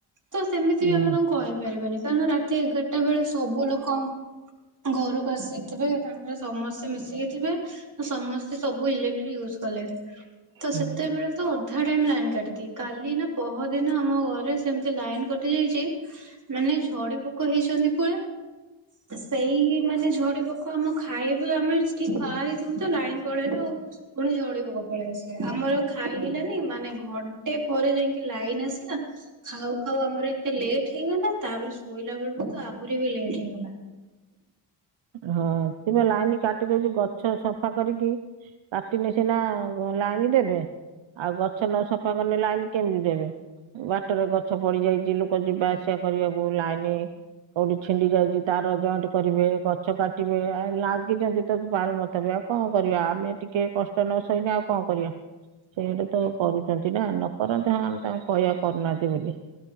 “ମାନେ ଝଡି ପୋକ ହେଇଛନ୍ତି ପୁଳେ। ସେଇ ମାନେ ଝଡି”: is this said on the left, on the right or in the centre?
Right